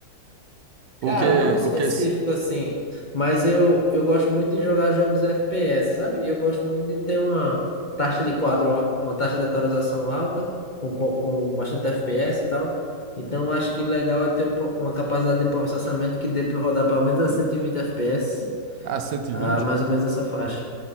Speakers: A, on the right; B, on the left.
A: Ou
B: Cara,
A: quer,
B: não específico
A: ou quer,
B: assim. Mas eu, eu gosto muito de jogar jogos FPS, sabe? Eu gosto muito de ter uma taxa de quadro, a- uma taxa de atualização alta, com, co- com bastante FPS e tal. Então, eu acho que legal é ter um pro- uma capacidade de processamento que dê para rodar pelo menos a 120 FPS,
A: ah, cento
B: a
A: e vinte?
B: mais ou menos essa faixa.